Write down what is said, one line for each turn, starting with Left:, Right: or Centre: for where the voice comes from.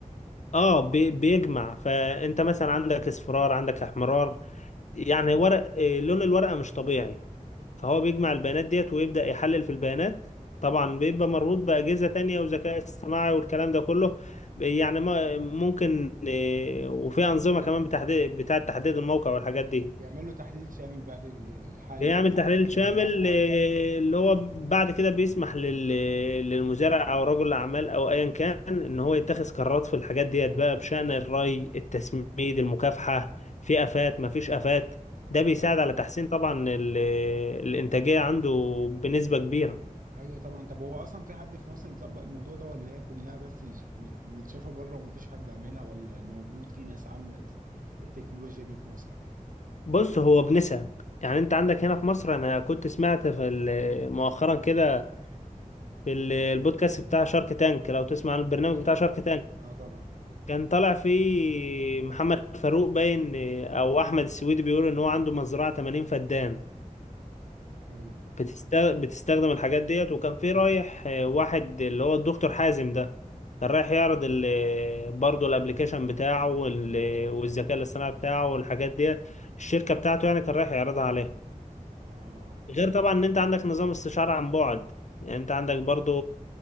Left: اه بي- بيجمع فانت مثلا عندك اصفرار عندك احمرار يعني ورق إيه، لون الورقة مش طبيعي فهو بيجمع البيانات ديت ويبدأ يحلل في البيانات طبعا بيبقى مربوط بأجهزة تانية وذكاء اصطناعي والكلام ده كله يعني ما- ممكن إيه، وفي أنظمة كمان بتحديد بتاعة تحديد الموقع والحاجات دي
Right: بيعملوا تحليل شامل بقى لل- لحالة
Left: بيعمل
Right: المزرعة
Left: تحليل شامل
Right: اللي عنده
Left: آه، اللي هو بعد كده بيسمح لل- للمزارع او رجل الاعمال او ايا كان ان هو يتخذ قرارات في الحاجات ديت بقى بشأن الري التسميد المكافحة في افات ما فيش افات ده بيساعد
Right: يعني.
Left: على تحسين طبعا ال- الانتاجية عنده بنسبة كبيرة
Right: ايوه طبعا طب هو اصلا في حد في مصر مطبق الموضوع ده ولا هي كلها بس يش- مت- متشافة بره ومفيش حد عاملها ولا موجود في ناس عاملة التكنولوجيا دي في مصر
Left: بص هو بنسب يعني انت عندك هنا في مصر انا كنت سمعت في ال- مؤخرا كده في ال- البودكاست بتاع شارك تانك لو تسمع عن البرنامج
Right: ايوه
Left: بتاع شارك تانك
Right: اه طبعا
Left: كان طالع فيه محمد فاروق باين او احمد السويدي بيقول ان هو عنده مزرعه 80 فدان
Right: ايوه
Left: بتست... بتستخدم الحاجات ديت وكان في رايح آه، واحد اللي هو الدكتور حازم ده كان رايح يعرض ال... برضه الابليكيشن بتاعه وال... والذكاء الاصطناعي بتاعه والحاجات ديت الشركه بتاعته يعني كان رايح يعرضها عليها
Right: اه
Left: غير طبعا ان انت عندك نظام استشارة عن بعد يعني انت عندك برضو